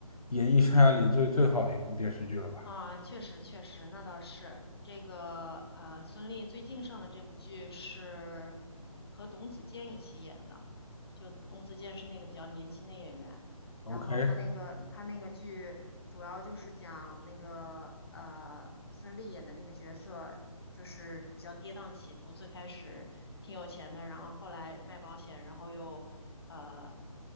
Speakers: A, on the left (about 75°); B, on the left (about 40°).
A: 演艺生涯里最最好的一部电视剧了吧
B: 啊、确实确实，那倒是这个呃，孙俪最近上的这部剧是和董子健一起演的，就董子健是那个比较年轻的演员。
A: ？OK，
B: 然后他那个他那个剧主要就是讲那个呃孙俪演的那个角色，就是比较跌宕起伏，最开始挺有钱的，然后后来卖保险，然后又呃